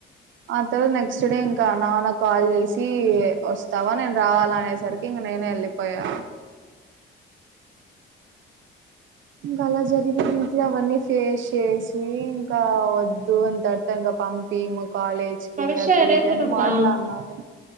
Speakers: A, on the right; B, on the right.
A: ఆ తర్వాత నెక్స్ట్ డే ఇంకా నాన్న కాల్ చేసి వస్తవా నేను రావాల అనేసరికి నేనే ఎల్లిపోయా ఇంకా అలా జరిగింది ఇంట్లో అవన్నీ ఫేస్ చేసి ఇంకా వద్దు అంత అర్థం కా పంపియ్ ము కాలేజ్ కి
B: భవిష్య
A: అది
B: ఎరేజర్
A: ఇది అని
B: ఉందా
A: మాట్లాడ్నారు